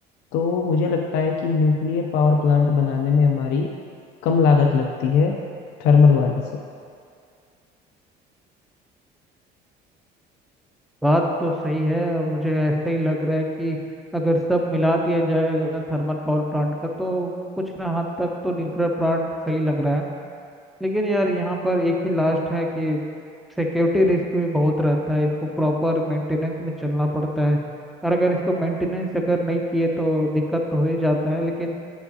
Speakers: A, on the left (about 85°); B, in the centre.
A: तो मुझे लगता है कि न्यूक्लियर पावर प्लांट बनाने में हमारी कम लागत लगती है थर्मल वाले से
B: बात तो सही है मुझे ऐसा ही लग रहा है कि अगर सब मिला दिया जाए अगर थर्मल पावर प्लांट का तो कुछ ना हद तक तो न्यूक्लियर प्लांट सही लग रहा है लेकिन यार यहाँ पर एक ही लास्ट है कि सिक्योरिटी रिस्क भी बहुत रहता है इसको प्रॉपर मेंटेनेंस में चलना पड़ता है और अगर इसको मेंटेनेंस अगर नहीं किए तो दिक्कत तो हो ही जाता है लेकिन